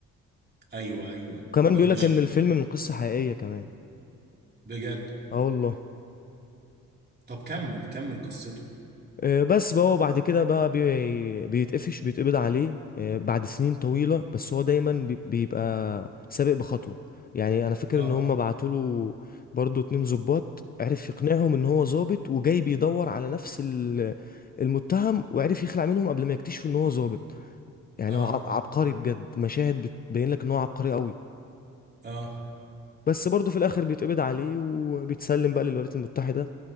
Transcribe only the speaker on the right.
ايوه ايوه
ده
مش
بجد
طب كمل كمل قصته
اه
اه
اه